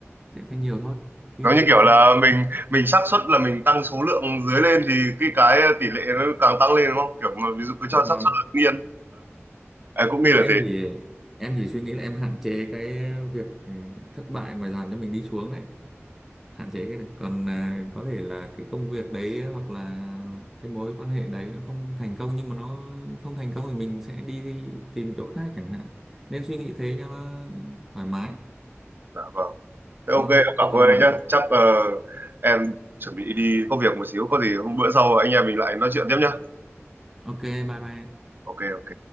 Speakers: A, in the centre; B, on the right.
A: sẽ, sẽ nhiều thôi chứ
B: giống như kiểu
A: chứ-
B: là mình mình xác suất là mình tăng số lượng dưới lên thì cái cái tỷ lệ nó càng tăng lên đúng không kiểu mà ví dụ cứ cho
A: đúng
B: xác
A: rồi
B: suất là tự nhiên em cũng nghĩ là
A: em
B: thế
A: thì em chỉ suy nghĩ là em hạn chế cái việc ừ, thất bại mà làm cho mình đi xuống đấy hạn chế cái được còn à, có thể là cái công việc đấy hoặc là cái mối quan hệ đấy nó không thành công nhưng mà nó không thành công thì mình sẽ đi, tìm chỗ khác chẳng hạn nên suy nghĩ thế cho nó thoải mái
B: dạ vâng thế
A: đúng
B: ok
A: không
B: em cảm
A: chứ còn
B: ơn
A: một
B: anh nhé chắc ờ, em chuẩn bị đi có việc một xíu có gì hôm bữa sau anh em mình lại nói chuyện tiếp nhá
A: ok bye bye
B: ok ok